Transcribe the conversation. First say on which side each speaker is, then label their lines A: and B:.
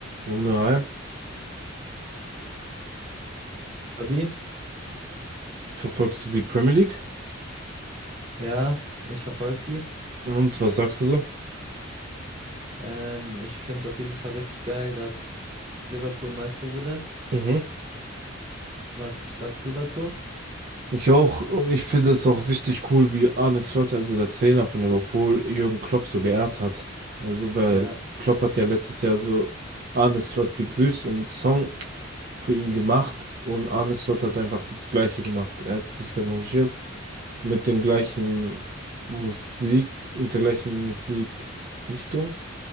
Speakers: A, on the right; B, on the right.
A: Wunder, hi.
B: Abi,
A: Verfolgst du die Premier League?
B: ja, ich verfolge die.
A: Und was sagst du so?
B: Ähm, ich finde es auf jeden Fall richtig geil, dass Liverpool Meister wurde.
A: Mhm.
B: Was sagst du dazu?
A: Ich auch, und ich finde es auch richtig cool, wie Arne Slot, also der Trainer von Liverpool, Jürgen Klopp so geehrt hat. Also, weil
B: Ja,
A: Klopp hat ja letztes Jahr so Arne Slot begrüßt und einen Song für ihn gemacht und Arne Slot hat einfach das Gleiche gemacht. Er hat sich demonstriert mit den gleichen Musik, mit der gleichen Musikrichtung.